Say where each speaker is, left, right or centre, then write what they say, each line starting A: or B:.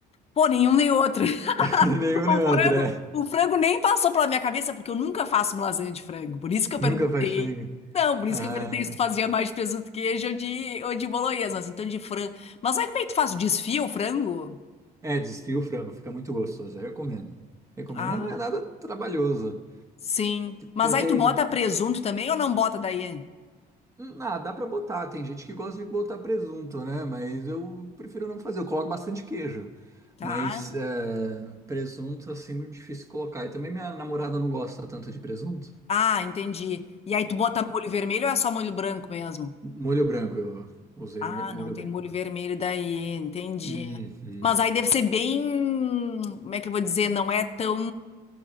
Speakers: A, on the left (about 40°); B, on the right (about 20°).
A: Pô, nenhum nem outro.
B: <laughs> Nenhum
A: O
B: nem outro,
A: frango,
B: é.
A: o frango nem passou pela minha cabeça, porque eu nunca faço uma lasanha de frango. Por isso que eu
B: Nunca
A: perguntei.
B: faz frango.
A: Não, por isso
B: Ah,
A: que eu perguntei se tu fazia mais de presunto queijo ou de, ou de bolonhesa, mas então de frango. Mas aí como é que tu faz? Desfia o frango?
B: é, desfia o frango, fica muito gostoso, eu recomendo. Recomendo,
A: Ah,
B: não é nada trabalhoso.
A: sim. Mas
B: Tem,
A: aí
B: tem-
A: tu bota presunto também ou não bota daí?
B: ah, dá pra botar. Tem gente que gosta de botar presunto, né? Mas eu prefiro não fazer. Eu coloco bastante queijo.
A: Tá.
B: Mas é, presunto, assim, muito difícil colocar. E também minha namorada não gosta tanto de presunto.
A: Ah, entendi. E aí tu bota molho vermelho ou é só molho branco mesmo?
B: Molho branco, eu usei
A: Ah,
B: me- molho
A: não tem
B: branco.
A: molho vermelho daí, entendi.
B: Uhum.
A: Mas aí deve ser bem, como é que eu vou dizer, não é tão